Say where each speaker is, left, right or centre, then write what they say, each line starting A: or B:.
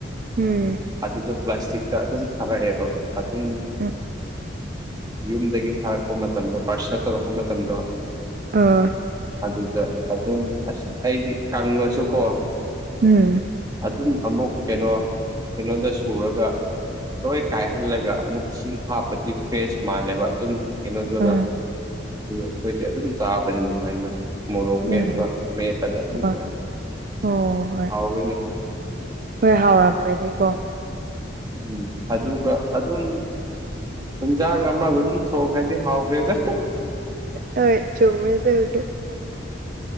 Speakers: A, on the right; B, on the right.
A: ꯎꯝ
B: ꯑꯗꯨꯗꯣ ꯄ꯭ꯂꯥꯁꯇꯤꯛꯇ ꯑꯗꯨꯝ ꯊꯥꯔꯛꯑꯦꯕ ꯑꯗꯨꯝ
A: ꯎꯝ
B: ꯌꯨꯝꯗꯒꯤ ꯊꯥꯔꯛꯄ ꯃꯇꯝꯗꯣ ꯄꯥꯔꯁꯥ ꯇꯧꯔꯛꯄ ꯃꯇꯝꯗꯣ
A: ꯑꯥ
B: ꯑꯗꯨꯗ ꯑꯗꯨꯝ ꯑꯁ ꯑꯩꯗꯤ ꯀꯪꯉꯁꯨꯀꯣ
A: ꯎꯝ
B: ꯑꯗꯨꯝ ꯑꯃꯨꯛ ꯀꯩꯅꯣ ꯀꯩꯅꯣꯗ ꯁꯨꯔꯒ ꯂꯣꯏ ꯀꯥꯏꯍꯜꯂꯒ ꯑꯃꯨꯛ ꯏꯁꯤꯡ ꯍꯥꯞꯄꯗꯤ ꯐ꯭ꯔꯦꯁ ꯃꯥꯜꯂꯦꯕ ꯑꯗꯨꯝ ꯀꯩꯅꯣꯗꯨꯒ
A: ꯑꯥ
B: ꯑꯩꯈꯣꯏꯗꯤ ꯑꯗꯨꯝ ꯆꯥꯕꯅꯤ ꯑꯗꯨꯃꯥꯏꯅ ꯃꯣꯔꯣꯛ ꯃꯦꯠꯄ
A: ꯎꯝ
B: ꯃꯂꯒ ꯑꯗꯨꯝ
A: ꯍꯣꯏ
B: ꯆ
A: ꯑꯣ ꯍꯣꯏ
B: ꯍꯥꯎꯥꯎꯒꯅꯦ
A: ꯍꯣꯏ ꯍꯥꯎꯔꯝꯒꯅꯤꯀꯣ
B: ꯎꯝ ꯑꯗꯨꯒ ꯑꯗꯨꯝ ꯏꯟꯁꯥꯡ ꯑꯃꯒ ꯑꯗꯨꯝ ꯊꯣꯡꯈ꯭ꯔꯗꯤ ꯍꯥꯎꯈ꯭ꯔꯦꯗ
A: ꯍꯣꯏ ꯆꯣꯡꯃꯗ ꯍꯧꯗꯤꯦ